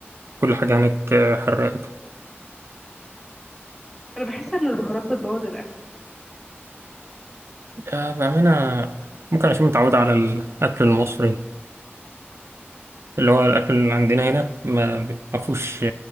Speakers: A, on the right (about 75°); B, in the centre.
A: كل حاجة هناك حراقة كده
B: انا بحس ان البهارات بتبوظ الاكل
A: آه، بأمانة ممكن عشان متعود على الأكل المصري اللي هو الأكل اللي عندنا هنا ما بيبقاش